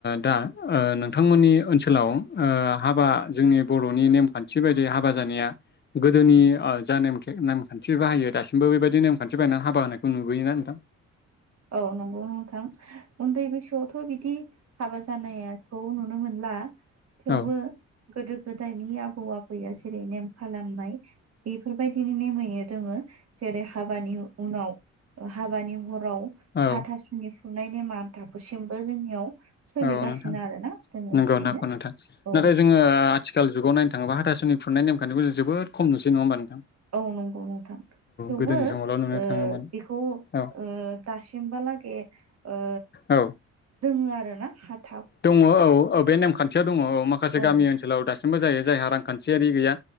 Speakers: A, on the left (about 35°); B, on the right (about 55°).
A: दा ओ नोंथांमोननि ओनसोलाव ओ हाबा जोंनि बर'नि नेमखान्थि बेबायदि हाबा जानाया गोदोनि जा नेमखान्थि बाहायो दासिमबो बेबायदि नेमान्थि हाबा होनायखौ नुबोयोना नोंथां?
B: औ नंगौ नोंथां उन्दै बैसोआवथ' बिदि हाबा जानायाखौ नुनो मोन ला थेवबो
A: औ
B: गोदो गोदायनि आबौ आबैया जेरै नेम खालामनाय बेफोरबायदिनो नेमैनो दोङो। जेरै हाबानि उनाव हाबानि हराव
A: औ
B: हाथासुनि फुनाय नेमा दााबोसिमबो जोंनियाव सोलिगासिनो
A: औ नोंथां
B: आरोना जोङो
A: नंगौ
B: बिदिनो
A: नगौ नोंथां
B: औ
A: नाथाय जोङो आथिखाल जुगाव नायनो थाङोबा हाथासु सोरनि फुनाय नेमखान्थिखौ जबोद खम नसै नङा होमबा नों
B: औ नंगौ नोंथां थेवबो
A: गोदोनि समावल' नुनो
B: ओ
A: थाङोमोन
B: बेखौ ओ
A: औ
B: दासिमबो हालागे‌ ओ‌
A: औ
B: दोङो आरो ना
A: दङ औ औ बे नेमखान्थियाव दङ औ माखासे
B: औ
A: गामि ओनसोलाव दासिम बो जायो जायहा रांखान्थियारि गैया